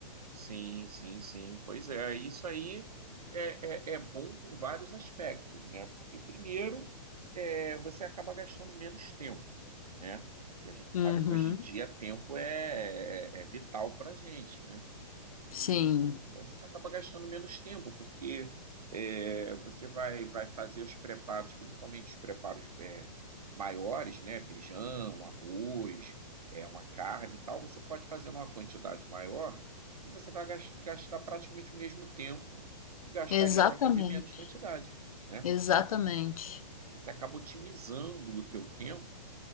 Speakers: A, on the right; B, on the left.
A: Sim, sim, sim. Pois é, isso aí é, é, é bom por vários aspectos, né? Porque, primeiro, é, você acaba gastando menos tempo, né? E a gente
B: Uhum.
A: sabe que hoje em dia tempo é, é, é vital para a gente, né? E
B: Sim,
A: a gente acaba gastando menos tempo, porque é, você vai, vai fazer os preparos, principalmente os preparos é, maiores, né? Feijão, arroz, é, uma carne e tal. Você pode fazer numa quantidade maior e você vai gas- gastar praticamente o mesmo tempo que gastaria
B: exatamente,
A: para fazer menos quantidade, né?
B: exatamente.
A: Então, você acaba otimizando o teu tempo